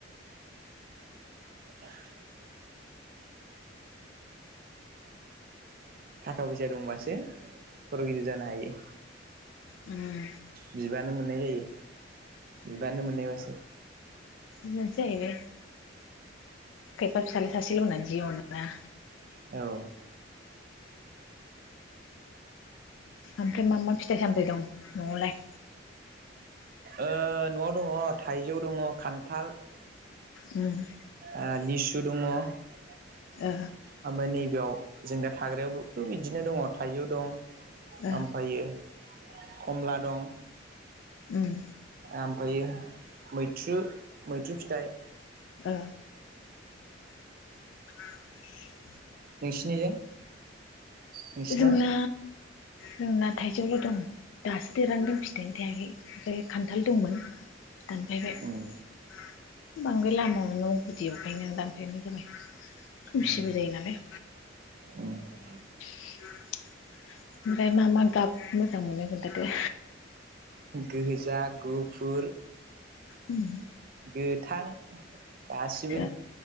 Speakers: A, on the right; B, on the left.
A: <inaudible> थाखा फैसा दंबासो खर' गिदिर जानो हायो।
B: उम
A: बिबानो मोननाय जायो। बिबानानो मोननाय बासो।
B: मोनसे जाहैबाय खायफा फिसालाय सासेल' होननानै जि अनोना।
A: औ
B: ओमफ्राय मा मा फिथाइ सामथायाइ दं न'वावलाय?
A: ओ न'वाव दङ थाइ जौ दङ खान्थाल।
B: उम
A: ओ लिसु दङ ओमफ्राय
B: ओ
A: नैबेयाव जों दा थाग्रायावबो बिदिनो दङ थाइजौ दं।
B: ओ
A: ओमफायो कमला दं।
B: उम
A: आमफ्रायो मैथ्रु मैथ्रु फिथाइ।
B: ओ <inaudible>
A: नोंसिनिजों नोंसिना
B: जोंना जोंना थाइजौलै दासो देरहांदों फि नो थाइयानो थायाखै ओरै खान्थाल दंमोन। दानफायबाय।
A: उम
B: बांद्राय लामा न' गुदियावखायनो दानफैनाय जाबाय। खोमसिबो
A: उम
B: जायो नालाय।
A: उम
B: <inaudible> ओमफ्राय मा मा गाब मोजां मोनो खोनथादो।
A: गोजा गुफुर
B: उम
A: गोथां गासैबो।
B: ओ